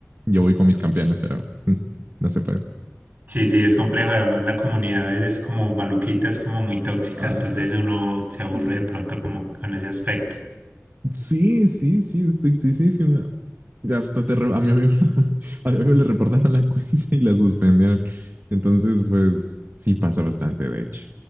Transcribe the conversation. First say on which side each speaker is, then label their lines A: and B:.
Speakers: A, on the right; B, on the right.
A: Yo voy con mis campeones, pero <laughs> no se puede.
B: Sí, sí, es complejo. Además, la comunidad a veces es como maluquita, es como muy tóxica,
A: Ah,
B: entonces uno
A: sí.
B: se aburre de pronto como con ese aspecto.
A: Sí, sí, sí, estoy tristísima. Ya hasta te re- a mi amigo, <laughs> a mi amigo le reportaron la cuenta y la suspendieron. Entonces, pues sí pasa bastante, de hecho.